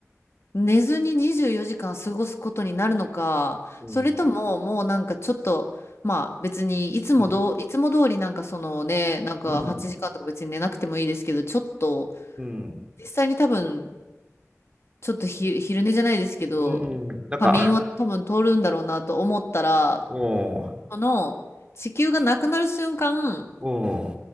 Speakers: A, on the left; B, on the right.
A: 寝ずに24時間過ごすことになるのか、
B: うん、
A: それとももうなんかちょっと、まあ別にいつもどう、
B: うん、
A: いつも通りなんかそのね、なんか8時間とか別に寝なくてもいいですけど、
B: うん、
A: ちょっと、
B: うん、
A: 実際に多分、ちょっとひ昼寝じゃないですけど、
B: うん、なんか、
A: 仮眠は多分通るんだろうなと思ったら、
B: うん、
A: この地球がなくなる瞬間、
B: うん。